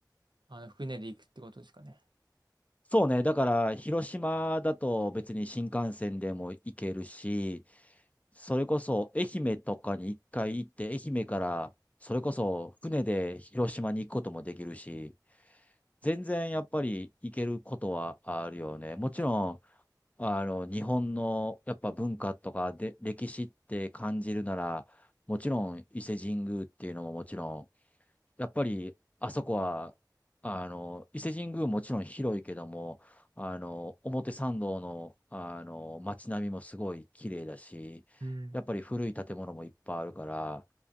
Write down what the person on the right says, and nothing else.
あの船で行くってことですかね。
うん。